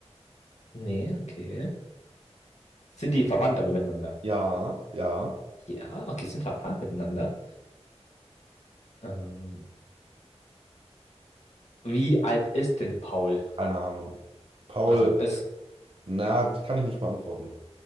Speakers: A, on the left; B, on the right.
A: Nee, okay. Sind die verwandt aber miteinander?
B: ja, ja.
A: Ja, okay, sind verwandt miteinander. Ähm, wie alt ist denn Paul?
B: Keine Ahnung. Paul,
A: Also, ist.
B: na, das kann ich nicht beantworten.